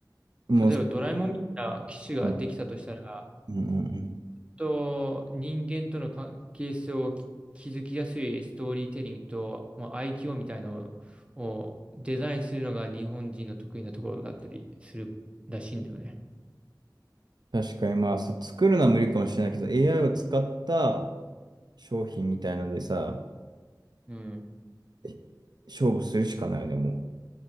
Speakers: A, on the right; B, on the right.
A: もう、
B: 例えばドラえもんみたいな機種ができたとしたら、
A: うんうんうん。
B: と人間との関係性をき築きやすいストーリーテリングと、まあ、IQ みたいのををデザインするのが日本人の得意なところだったりするらしいんだよね。
A: 確かに、まあ、そ作るのは無理かもしれないけど、AI を使った商品みたいのでさ、
B: うん。
A: え勝負するしかないよね、も